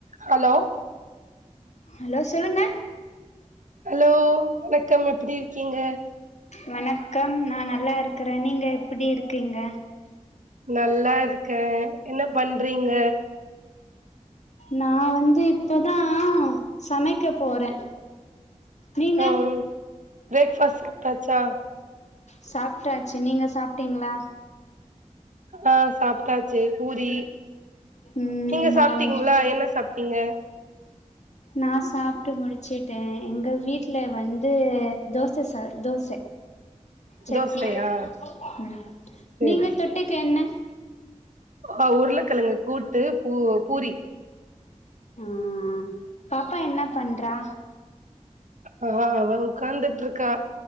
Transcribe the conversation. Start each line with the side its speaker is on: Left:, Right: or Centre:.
Right: ஹலோ
Left: ஹலோ சொல்லுங்க
Right: ஹலோ வணக்கம் எப்டி இருக்கீங்க
Left: வணக்கம் நா நல்லா இருக்கறே நீங்க எப்டி இருக்கீங்க
Right: நல்லா இருக் க என்ன பண்றீங்க
Left: நா வந்து இப்பதா சமைக்க போறே நீங்க
Right: ஓ பிரேக்பாஸ்ட் சாப்ட்டாச்சா
Left: சாப்ட்டாச்சு நீங்க சாப்ட்டீங்களா
Right: ஆ சாப்ட்டா சே பூரி
Left: ம்
Right: நீங்க
Left: நா
Right: சாப்ட்டீங்களா
Left: வந்து
Right: என்ன சாப் நீங்க
Left: நா சாப்பிட்டு முடிச்சுட்டே எங்க வீட்ல வந்து தோச சார் தோச சட்னி
Right: தோசையா
Left: ம்
Right: சேரி
Left: நீங்க தொட்டுக்க என்ன <inaudible>
Right: ஆ உருளக்கிழங்க கூட்டு பூ பூரி
Left: ஆ பாப்பா என்ன பண்றா
Right: ஆ அவ உக்காந்துட்டு இருக்கா